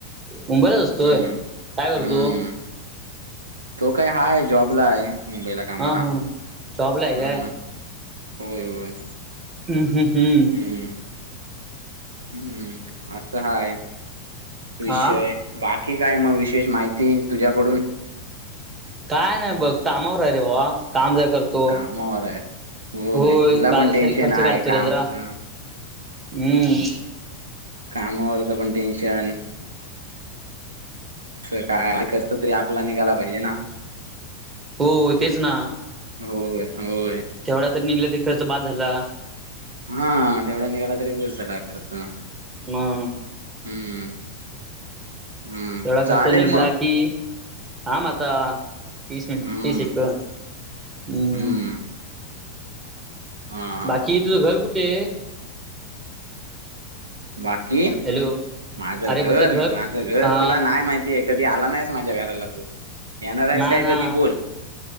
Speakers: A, on the right; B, on the right.
A: मुंबईलाच असतोय
B: हम्म
A: काय करतो.
B: हम्म तो काय हाय जॉबला आहे. मुंबईला कामाला
A: हा हा जॉबला आहे
B: हम्
A: काय
B: होय होय.
A: हम्म हम् हम्म
B: हम्म हम्म असं हाय विषय
A: हा
B: बाकी काय मग विशेष माहिती तुझ्याकडून
A: काय नाही बघ कामावर आहे रे बाबा काम जाय करतो.
B: कामावर
A: त
B: आहे होय
A: हो
B: तुला
A: बारीक
B: पण टेन्शन
A: सारीक खर्च
B: आहे
A: काढतो
B: कामाचं
A: रे जरा हम्म
B: कामावरच पण टेन्शन अस काय करत तरी आपला निघायला पाहिजे ना
A: हो तेच ना
B: होय होय.
A: तेवढा तररी निघलं तरी खर्च बाद झाला.
B: हा हा तेवढा निघाला तरी बस झाला खर तर
A: ह
B: हम्म हम्म
A: तेवढा
B: चालेल
A: खर्च निघला
B: मग
A: की ह मता तीस मिट
B: हम्म
A: तीसिक हम्म.
B: हम्म हा हा.
A: बाकी तुझं घर कुठे आहे.
B: बाकी
A: हॅलो
B: माझं
A: अरे म्हटलं
B: घर माझं घर
A: हा
B: तुला नाही माहिती ते कधी आला नाहीस माझ्या घराला तू येणार आहेस
A: नाही
B: काय
A: ना
B: कधी बोल